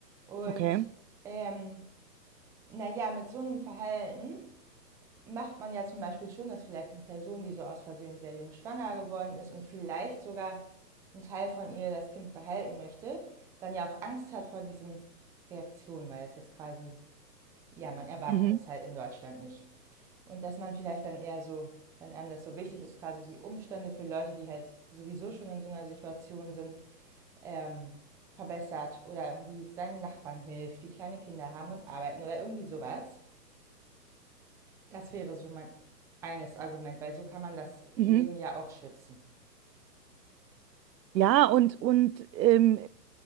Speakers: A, in the centre; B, on the right.
A: Und
B: Okay.
A: ähm, naja, mit so einem Verhalten macht man ja zum Beispiel schon, dass vielleicht eine Person, die so aus Versehen sehr jung schwanger geworden ist und vielleicht sogar ein Teil von ihr das Kind behalten möchte, dann ja auch Angst hat vor diesen Reaktionen, weil das jetzt quasi, ja, man erwartet
B: Mhm.
A: das halt in Deutschland nicht. Und dass man vielleicht dann eher so, wenn einem das so wichtig ist, quasi die Umstände für Leute, die halt sowieso schon in so einer Situation sind, ähm, verbessert oder irgendwie seinen Nachbarn hilft, die kleine Kinder haben und arbeiten oder irgendwie sowas. Das wäre so mein eines Argument, weil so kann man das
B: Mhm.
A: Leben ja auch schützen.
B: Ja, und, und ähm,